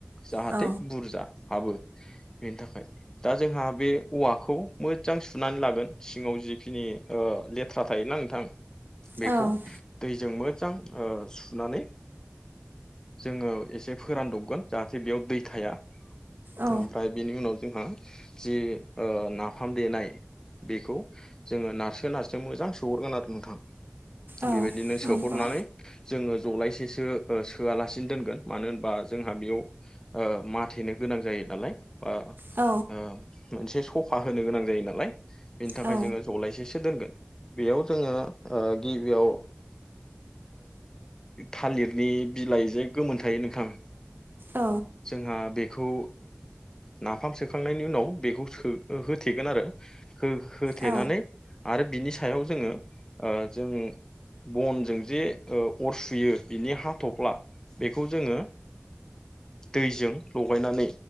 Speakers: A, on the left; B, on the right.
A: जाहाथे
B: औ
A: बुरजा हाबो बेनि थाखाय दा जोंहा बे औवाखौ मोजजां सुनानै लागोन सिङाव जिखिनि लेथ्रा थायोना नोंथां। बेखौ
B: औ
A: दैजों मोजां सुनानै जोङो एसे फोरानदबगोन जाहाथे बेयाव दै थाया।
B: औ
A: ओमफ्राय बिनि उनाव जोंहा जि ना फाम देनाय बेखौ जोङो नारसो नारसो मोजां सोहरगोन आरो नोंथां।
B: औ
A: बेबायदिनो
B: नंगौ
A: सोहरनानै जोङो जरायसे एसेसो सोआलासिनो दोनगोन मानो होनबा जोंहा बेयाव माथेनो गोनां जायो नालाय। बा
B: औ
A: मोनसे सफा होनो गोनां जायो नालाय। बिनि थाखाय
B: औ
A: जोङो जलायसेसो दोनगोन। बेयाव जोङो ओ गिबियाव थालिरनि बिलाइ जे गोमोन थायो नोंथां।
B: औ
A: जोंहा बेखौ नाफाम सोखांनायनि उनाव बेखौ सो होथेगोन आरो हो-होथेनानै
B: औ
A: आरो बिनि सा सायाव जोङो ओ जों बनजों जे अर सुयो बिनि हाथ'फ्ला बेखौ जोङो दैजों लगायनानै